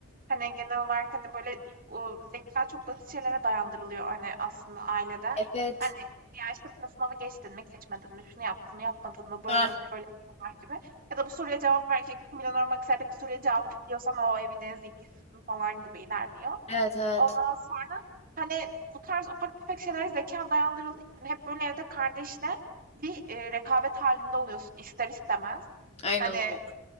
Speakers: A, on the right; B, on the left.
A: Hani genel olarak hani böyle çok, ııı, zeka çok basit şeylere dayandırılıyor hani aslında ailede.
B: Evet.
A: Hani ya, işte, mesela sınavı geçtin mi, geçmedin mi, şunu yaptın mı, yapmadın mı, böyle
B: Ha.
A: mi, şöyle mi falan gibi ya da bu soruya cevap verirken Kim Milyoner Olmak Ister'de bir soruya cevabı biliyorsan o evin en zekisisin falan gibi ilerliyor.
B: Evet evet.
A: Ondan sonra, hani, bu tarz ufak tefek şeylere zekâ dayandırıldığı için hep böyle evde kardeşle bir, eee, rekabet halinde oluyorsun ister istemez.
B: Aynen
A: Hani
B: öyle.